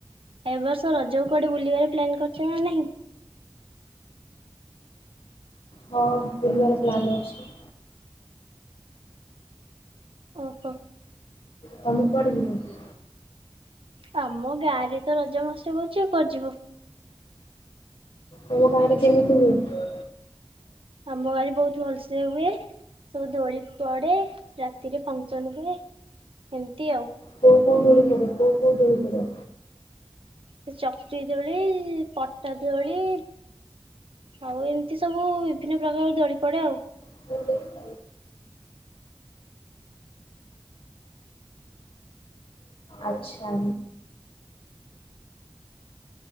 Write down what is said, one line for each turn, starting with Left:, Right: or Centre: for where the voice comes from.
Right: ଏବ ବର୍ଷ ରଜକୁ କୁଆଡ଼େ ବୁଲିବାର ପ୍ଲାନ୍ କରିଛ ନା ନାହିଁ।
Left: ହଁ ବୁଲିବାର ପ୍ଲାନ୍ ଅଛି।
Right: ଓହୋ।
Left: ତମେ କୁଆଡ଼େ ଯିବ।
Right: ଆମ ଗାଁ ରେ ତ ରଜ ମହାଉତ୍ସବ ଅଛି ଆଉ କୁଆଡେ ଯିବ।
Left: ତୁମ ଗାଁ ରେ କେମିତି ହୁଏ?
Right: ଆମ ଗାଁ ରେ ବହୁତ ଭଲସେ ହୁଏ ସବୁ ଦୋଳି ପଡ଼େ ରାତିରେ ଫଙ୍କସନ ହୁଏ। ଏମିତି ଆଉ।
Left: କୋଉ କୋଉ ଦୋଳି ପଡିବ କୋଉ କୋଉ ଦୋଳି ପଡିଵ।
Right: ସେ ଚକି ଦୋଳି ପଟା ଦୋଳି। ଆଉ ଏମିତି ସବୁ ବିଭିନ୍ନ ପ୍ରକାର ଦୋଳି ପଡେ ଆଉ।
Left: <unintelligible> ଆଚ୍ଛା।